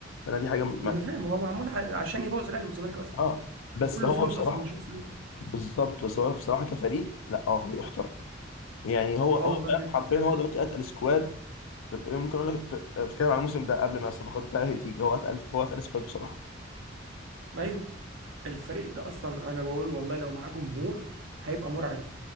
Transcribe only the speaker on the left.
فانا دي حاجه ما...
اه بس
هو
بصراحه
بالظبط بس هو بصراحه كفريق لا هو فريق يحترم يعني هو
هو
فعلاً
حرفيا
هو
دلوقتي اتقل سكواد ممكن اقول لك في- آه، بتكلم على الموسم ده قبل ما الصفقات بتاعته تيجي هو اتقل هو اتقل سكواد بصراحه